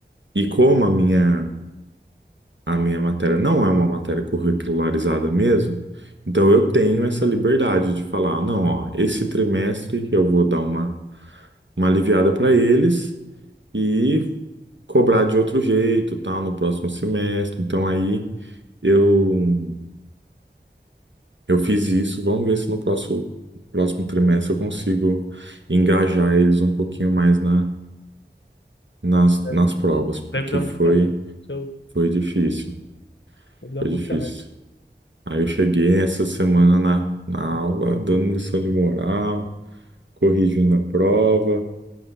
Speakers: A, on the right; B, on the left.
A: E como a minha, a minha matéria não é uma matéria curricularizada mesmo, então eu tenho essa liberdade de falar, não, ó, esse trimestre eu vou dar uma, uma aliviada para eles e cobrar de outro jeito, tal, no próximo semestre. Então aí eu Eu fiz isso, vamos ver se no próximo, próximo trimestre eu consigo engajar eles um pouquinho mais na, nas,
B: Nossa, Deve,
A: nas provas, porque
B: deve dar muita
A: foi,
B: raiva. Isso
A: foi difícil,
B: Deve dar
A: foi
B: muita
A: difícil.
B: raiva.
A: Aí eu cheguei essa semana na, na aula, dando lição de moral, corrigindo a prova,